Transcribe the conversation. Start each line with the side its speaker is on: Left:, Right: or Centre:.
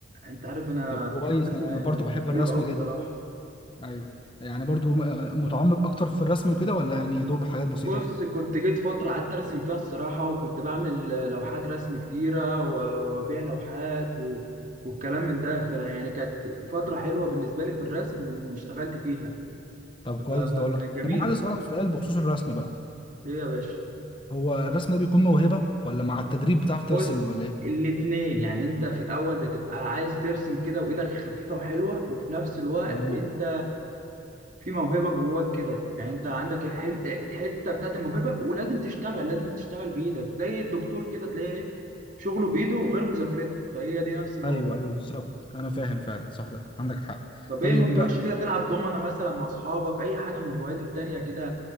Right: أنت عارف أنا
Left: طب كويس
Right: في الرسم
Left: انا برضو بحب
Right: حلو
Left: الرسم
Right: أوي
Left: جدا
Right: الصراحة
Left: ايوه يعني برضو آه، متعمق اكتر في الرسم وكده ولا يعني دوب حاجات بسيطه
Right: بص كنت جيت فترة قعدت أرسم فيها الصراحة وكنت بعمل آه، لوحات رسم كتيرة و- وأبيع لوحات و... والكلام من ده فيعني كانت فترة حلوة بالنسبة لي في الرسم اشتغلت فيها
Left: طب كويس
Right: آه،
Left: ده والله
Right: كانت
Left: طب
Right: جميلة
Left: انا عايز اسالك سؤال بخصوص الرسم بقى
Right: إيه يا باشا
Left: هو الرسم ده بيكون موهبه ولا مع التدريب بتعرف
Right: بص
Left: ترسم ولا ايه
Right: الاتنين يعني انت في الاول بتبقى عايز ترسم كده وايدك خفيفة وحلوة وفي نفس الوقت
Left: تمام
Right: انت في موهبة جواك كده يعني انت عندك الحل- الحتة بتاعت الموهبة ولازم تشتغل لازم تشتغل بايدك زي الدكتور كده تلاقيه ايه شغله بايده غير مذاكرته فهي دي نفس الموضوع
Left: ايوه ايوه بالظبط انا فاهم فعلا صح ده عندك حق
Right: طب
Left: طيب
Right: ايه ما بتروحش
Left: بقى،
Right: كده تلعب دومنة مثلا مع اصحابك اي حاجة من الهوايات التانية كده